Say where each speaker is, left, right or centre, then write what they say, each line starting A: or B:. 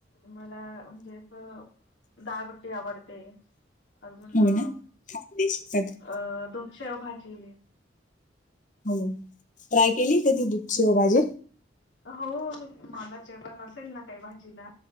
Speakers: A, on the left; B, on the left.
A: मला म्हणजे, असं दाळबट्टी आवडते. अजून
B: हो
A: अ,
B: ना खानदेशी पद
A: अ दुधशेव भाजी.
B: ह, ट्राय केली कधी? दूधशेव भाजी.
A: हो. मी मला जेव्हा नसेल ना काही भाजीला.